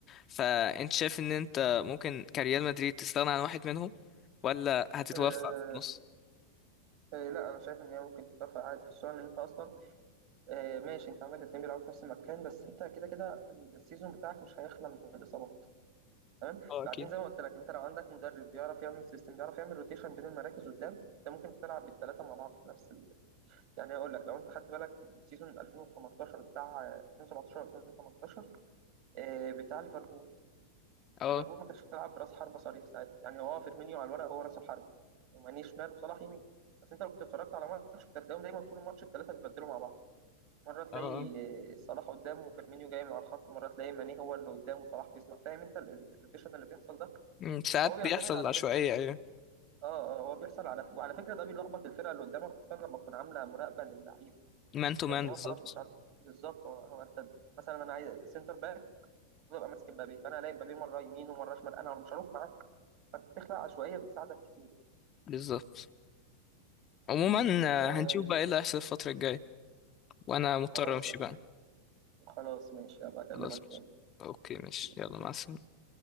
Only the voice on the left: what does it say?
فانت شايف ان انت ممكن كريال مدريد تستغنى عن واحد منهم ولا هتتوفق
في النص
اه
اكيد
اه
اه آه.
مم، ساعات
بيحصل
عشوائية
ايوه
مان تو
مان
بالظبط
بالظبط عموما آه،
هنشوف بقى ايه اللي هيحصل الفترة الجاية وانا مضطر
امشي
بقى
خلاص ماشي.
اوكي ماشي
يلا مع السلامة